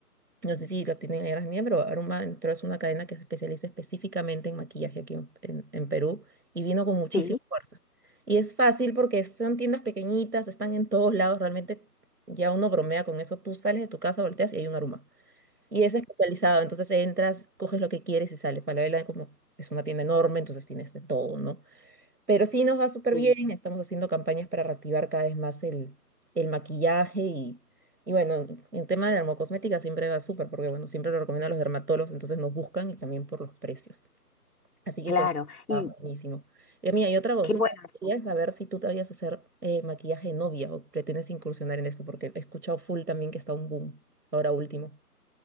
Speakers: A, on the right; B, on the left.
A: no sé si lo tienen en Argentina, pero Aroma entró es una cadena que se especializa específicamente en maquillaje aquí en, en- en Perú y vino con muchísima
B: sí,
A: fuerza. Y es fácil porque son tiendas pequeñitas, están en todos lados, realmente ya uno bromea con eso. Tú sales de tu casa, volteas y hay un Aroma. Y es especializado, entonces entras, coges lo que quieres y sales. Falabella como es una tienda enorme, entonces tienes de todo, ¿no? Pero sí nos va súper
B: sí,
A: bien, estamos haciendo campañas para reactivar cada vez más el, el maquillaje y, y bueno, en, en tema de dermocosmética siempre va súper porque bueno, siempre lo recomiendo a los dermatólogos, entonces nos buscan y también por los precios. Así que
B: claro.
A: con eso está
B: Y
A: buenísimo. Y mira, y otra consulta,
B: qué bueno eso.
A: quería saber si tú te habías hacer eh, maquillaje de novia o pretendes incursionar en eso, porque he escuchado full también que está un boom ahora último.